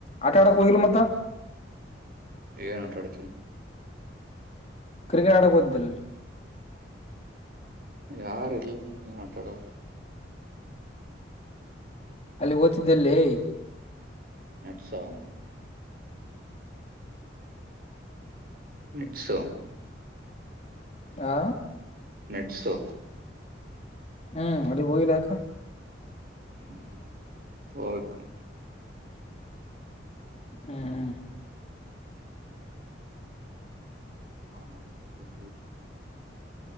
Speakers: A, on the left; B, on the right.
A: ಆಟಡ ಕೋಗಿಲ್ಲ ಮ್ದ
B: ಏಗನ್ ಆಟಾಡ್ತೀ
A: cricket ಆಡೋಕದ್ದಲ್ಲ
B: ಯಾರ ಇಲ್ಲ ನೀ ಆಟಾಡದು
A: ಅಲ್ಲಿ ಓತಿದ್ದಲ್ಲಿ
B: ನಡ್ಸಾವ ನಿಪ್ಸು
A: ಆಾ
B: ನೆಟ್ಸು
A: ಹ್ಮ್ ಅಲ್ಲಿ ಹೋಗಿಲ್ಲಾಕ
B: ಹ್ಮ್ ಹಬೇಕಕ್ಕ
A: ಹ್ಮ್ ಹ್ಮ್
B: ಹಣ ಅವತ್ತ